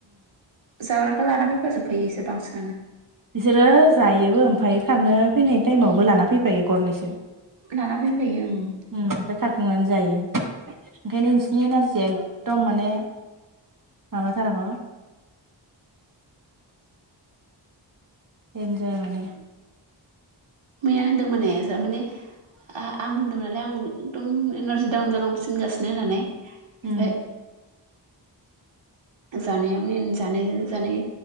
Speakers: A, on the right; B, on the right.
A: जाग्राखौ लानाफाजोबखायो इसोर बांसिन।
B: बिसोरो जायोबो ओमफ्रायायो खारनो फैनाय टाइमावबो लाना फैफायो गरनैसो ओम
A: लाना फैफायो ओं
B: ओमफ्राय खारखांनानै जायो ओंखायनो नोंसिनि नारजिया एखदम माने माबाथाराखै
A: <inaudible>
B: देन्जार माने
A: मैया होनदोंमोननाय माने आं होन्दोंमोन नालाय आं एकदम एनारजि दडाउन जालां सिनगासिनो होननानै ओमफ्राय
B: ओ
A: जानाया मेन जानायजों जानाय